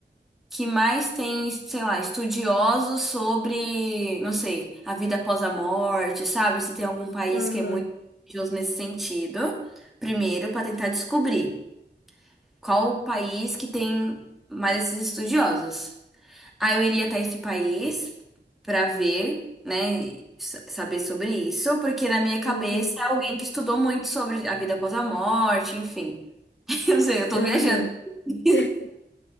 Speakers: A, in the centre; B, on the left.
A: que mais tem, sei lá, estudiosos sobre, não sei, a vida após a morte, sabe? Se tem algum país
B: Aham,
A: que é muito religioso nesse sentido, primeiro para tentar descobrir qual o país que tem mais esses estudiosos. Aí eu iria até esse país para ver, né, e s- saber sobre isso, porque na minha cabeça
B: uhum,
A: é alguém que estudou muito sobre a vida após a morte, enfim. <laughs> Eu não sei, eu tô
B: aham.
A: viajando. <laughs>
B: <laughs>